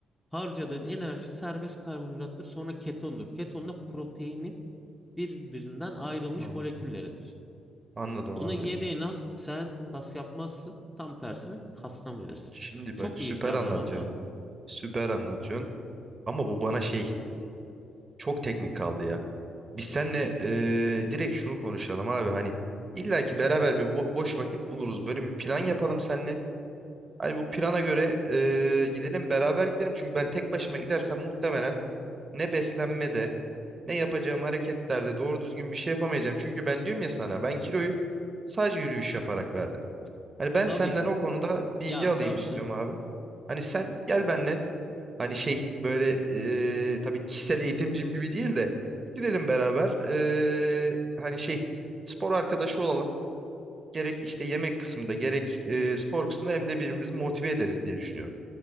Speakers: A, in the centre; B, on the right.
A: harcadığın enerji serbest karbonhidrattır. Sonra ketondur. Keton da proteini birbirinden ayrılmış
B: Anladım
A: molekülleridir.
B: Anladım
A: Onu
B: abi.
A: yediğin an sen kas yapmazsın. Tam tersine kastan verirsin.
B: Şimdi
A: Çok
B: bak süper
A: iyi planlaman
B: anlatıyorsun.
A: lazım.
B: Süper anlatıyorsun. Ama bu bana şey çok teknik kaldı ya. Biz seninle eee, direkt şunu konuşalım abi. Hani illa ki beraber bir bo- boş vakit buluruz. Böyle bir plan yapalım seninle. Hani bu plana göre eee, gidelim beraber gidelim. Çünkü ben tek başıma gidersem muhtemelen ne beslenmede ne yapacağım hareketlerde doğru düzgün bir şey yapamayacağım. Çünkü ben diyorum ya sana ben kiloyu sadece yürüyüş yaparak verdim. Hani ben
A: Tabii
B: senden
A: ki.
B: o konuda bilgi
A: Ya
B: alayım
A: tabii
B: istiyorum
A: canım.
B: abi. Hani sen
A: Tabii.
B: gel benle hani şey böyle e, tabii kişisel eğitimcim gibi değil de gidelim beraber e, hani şey spor arkadaşı olalım. Gerek işte yemek kısmında gerek e, spor kısmında hem de birbirimizi motive ederiz diye düşünüyorum.